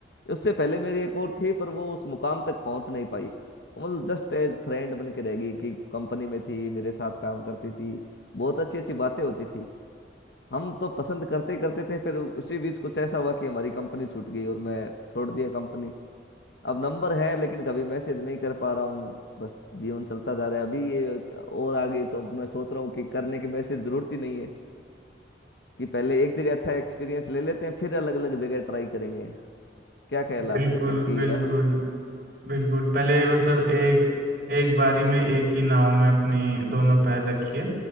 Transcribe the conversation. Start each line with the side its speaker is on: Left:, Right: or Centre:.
Left: उससे पहले मेरी एक और थी पर वो उस मुकाम तक पहुंच नहीं पाई वो मतलब जस्ट एज फ्रेंड बन के रह गई कि कंपनी में थी मेरे साथ काम करती थी बहुत अच्छी अच्छी बातें होती थी हम तो पसंद करते ही करते थे फिर उसी बीच कुछ ऐसा हुआ कि हमारी कंपनी छूट गई और मैं छोड़ दिया कंपनी अब नंबर है लेकिन कभी मैसेज नहीं कर पा रहा हूँ बस जीवन चलता जा रहा है अभी ये एक और आ गई तो मैं सोच रहा हूँ कि करने की मैसेज जरूरत ही नहीं है कि पहले एक जगह अच्छा एक्सपीरियंस ले लेते हैं फिर अलग अलग जगह ट्राई करेंगे क्या ख्याल है
Right: बिल्कुल
Left: आपके इस पर कि
Right: बिल्कुल
Left: हर-
Right: बिल्कुल पहले मतलब एक एक बारी में एक ही नाव में अपनी दोनों पैर रखिए